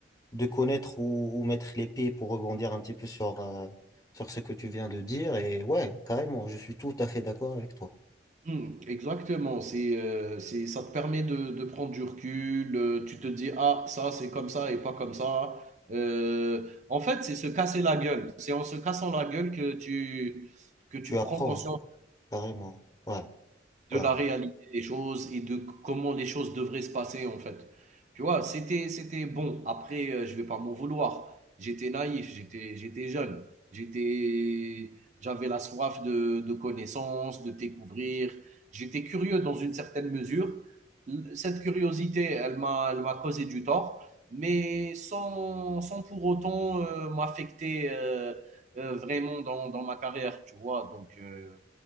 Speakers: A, on the left; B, on the right.
A: de connaître où, où mettre les pieds pour rebondir un petit peu sur, euh, sur ce que tu viens de dire. Et ouais, carrément, je suis tout à fait d'accord avec toi.
B: Hmm, exactement. C'est, euh, c'est, ça te permet de, de prendre du recul. euh, tu te dis, ah, ça, c'est comme ça et pas comme ça. Euh, en fait, c'est se casser la gueule. C'est en se cassant la gueule que tu, que tu
A: Tu apprends,
B: prends conscience.
A: carrément. Ouais,
B: De
A: ouais,
B: la
A: ouais, ouais,
B: réalité des choses et de comment les choses devraient se passer, en fait. Tu vois? C'était c'était bon, après, heu, je vais pas m'en vouloir. J'étais naïf, j'étais j'étais jeune, j'étais j'avais la soif de de connaissances, de découvrir. J'étais curieux dans une certaine mesure. L cette curiosité, elle m'a elle m'a causé du tort, mais sans sans pour autant, heu, m'affecter, heu heu, vraiment dans dans ma carrière, tu vois? Donc heu